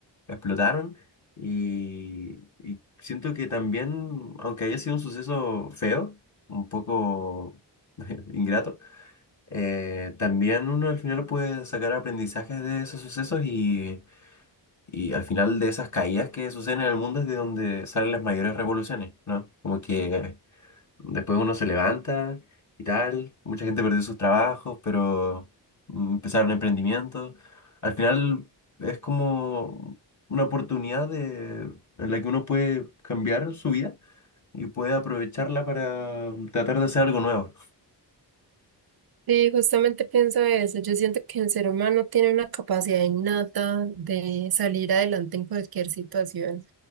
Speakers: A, on the left; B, on the right.
A: explotaron y, y siento que también, aunque haya sido un suceso feo, un poco <laughs> ingrato, eh, también uno al final puede sacar aprendizajes de esos sucesos y y al final de esas caídas que suceden en el mundo es de donde salen las mayores revoluciones, ¿no? Como que después uno se levanta y tal, mucha gente perdió sus trabajos, pero mm, empezaron emprendimientos. Al final es como una oportunidad de, en la que uno puede cambiar su vida y puede aprovecharla para tratar de hacer algo nuevo.
B: Sí, justamente pienso eso. Yo siento que el ser humano tiene una capacidad innata de salir adelante en cualquier situación.